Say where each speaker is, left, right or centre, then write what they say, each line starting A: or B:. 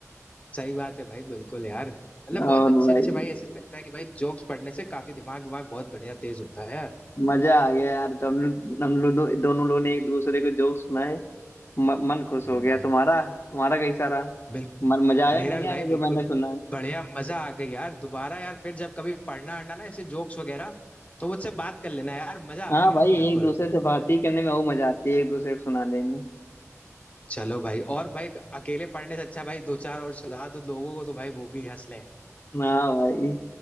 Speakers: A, on the left; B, on the left.
A: सही बात है भाई बिल्कुल यार मतलब
B: और
A: बहुत अच्छे
B: भाई
A: अच्छे भाई ऐसे लगता है कि भाई जोक्स पढ़ने से काफी दिमाग दिमाग बहुत बढ़िया तेज होता है यार
B: मजा आ गया यार तो हम लोग हम लोग दो, दोनों लोग ने एक दूसरे को जोक सुनाए म, मन खुश
A: हम्म,
B: हो गया
A: भाई
B: तुम्हारा तुम्हारा कैसा रहा
A: बिल्कुल
B: मन मजा आया
A: मेरा
B: कि नहीं
A: भी भाई
B: आया जो
A: बिल्कुल
B: मैंने सुना है
A: बढ़िया मजा आ गई यार दोबारा यार फिर जब कभी पढ़ना अढ़ना ना ऐसे जोक्स वगैरह तो मुझसे बात कर लेना यार मजा
B: हाँ
A: आ गई
B: भाई
A: आज
B: एक
A: बिल्कुल
B: दूसरे से बात ही करने में वो मजा आती है एक दूसरे को सुनाने में
A: चलो भाई और भाई अकेले पढ़ने से अच्छा भाई दो चार और सुधार दो लोगों को तो भाई वो भी हंस लें
B: हाँ भाई